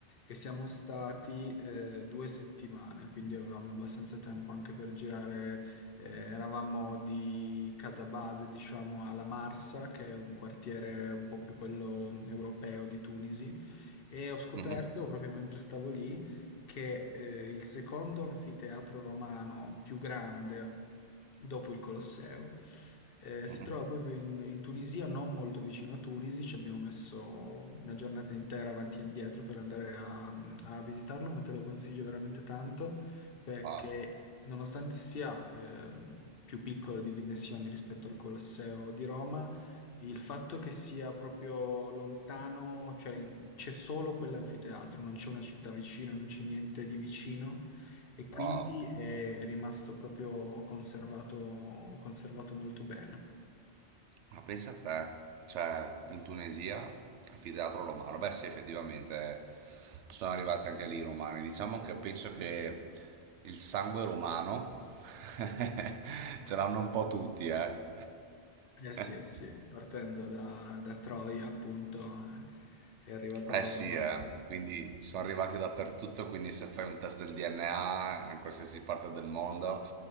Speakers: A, on the left (about 60°); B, on the right (about 90°).
A: E siamo stati eh, due settimane, quindi avevamo abbastanza tempo anche per girare eh, eravamo di Casabase, diciamo, alla Marsa, che è un quartiere un po' più quello europeo di Tunisi, e ho scoperto
B: Mhm,
A: proprio mentre stavo lì che eh, il secondo anfiteatro romano più grande dopo il Colosseo. Eh,
B: mhm.
A: si trova proprio in, in Tunisia, non molto vicino a Tunisi, ci abbiamo messo una giornata intera avanti e indietro per andare a, a visitarlo, ma te lo consiglio veramente tanto perché
B: Ah,
A: nonostante sia ehm, più piccolo di dimensioni rispetto al Colosseo di Roma, il fatto che sia proprio lontano, cioè in- c'è solo quell'anfiteatro, non c'è una città vicina, non c'è niente di vicino e quindi
B: wow.
A: è, è rimasto proprio conservato, conservato molto bene.
B: Ma pensa a te, cioè in Tunisia, anfiteatro romano, beh sì effettivamente sono arrivati anche lì i romani, diciamo che penso che il sangue romano <laughs> ce l'hanno un po' tutti, eh.
A: Eh sì, eh
B: <laughs>
A: sì, partendo da, da Troia appunto eh, è arrivato
B: Eh
A: a Roma.
B: sì, eh, quindi sono arrivati dappertutto, quindi se fai un test del DNA in qualsiasi parte del mondo,